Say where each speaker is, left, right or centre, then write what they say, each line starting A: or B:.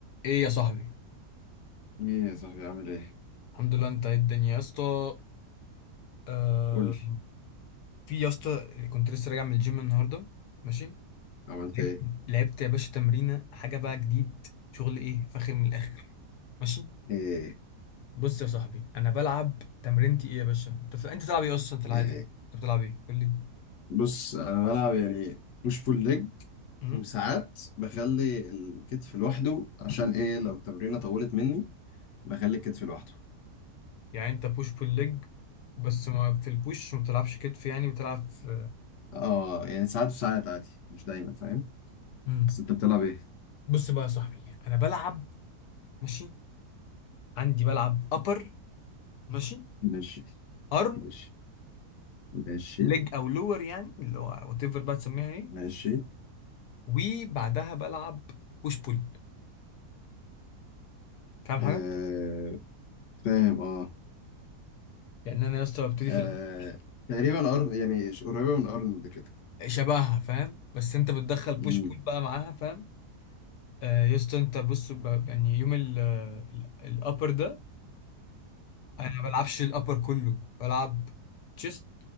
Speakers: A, on the left; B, on the left.
A: ايه يا صاحبي
B: ايه يا صاحبي عامل ايه؟
A: الحمد لله انت ايه الدنيا يا اسطى آه
B: قول لي
A: في يا اسطى كنت لسه راجع من الجيم النهارده ماشي
B: عملت
A: لعبت
B: ايه؟
A: لعبت يا باشا تمرينه حاجه بقى جديد شغل ايه فاخر من الاخر ماشي
B: ايه
A: بص يا صاحبي انا بلعب تمرينتي ايه يا باشا انت ف... انت بتلعب ايه اصلا في العادي
B: ايه
A: انت بتلعب ايه قول لي
B: بص انا بلعب يعني بوش بول ليج
A: امم
B: وساعات بخلي الكتف لوحده عشان ايه لو التمرينه طولت مني بخلي الكتف لوحده
A: يعني انت بوش بول ليج بس ما في البوش ما بتلعبش كتف يعني بتلعب في
B: اه يعني ساعات وساعات عادي مش دايما فاهم؟
A: امم
B: بس انت بتلعب ايه؟
A: بص بقى يا صاحبي انا بلعب ماشي عندي بلعب ابر ماشي
B: ماشي
A: ارم
B: ماشي ماشي
A: ليج او لور يعني اللي هو وات ايفر بقى تسميها ايه
B: ماشي
A: وبعدها بلعب بوش بول فاهم حاجه
B: آه فاهم اه,
A: يعني انا يا اسطى ببتدي
B: آه
A: في الأول
B: تقريبا أرن يعني قريبه من ارنولد كده
A: شبهها فاهم بس انت بتدخل بوش
B: امم
A: بول بقى معاها فاهم آه يا اسطى انت بص ب- يعني يوم ال الابر ده انا ما بلعبش الابر كله بلعب تشيست